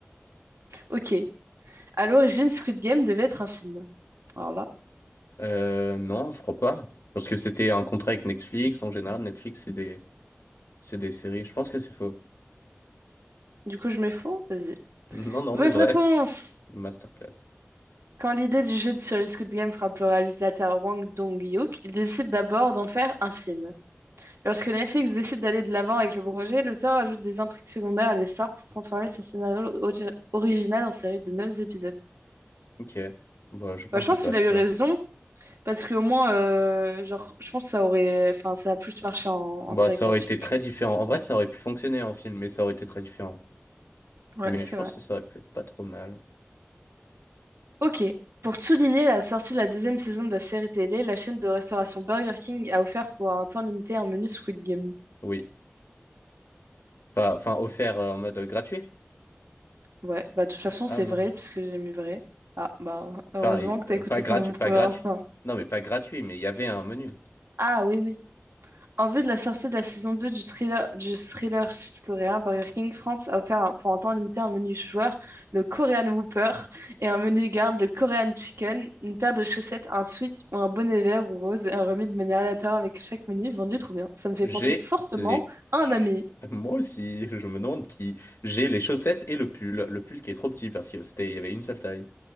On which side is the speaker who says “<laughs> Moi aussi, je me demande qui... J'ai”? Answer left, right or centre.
Left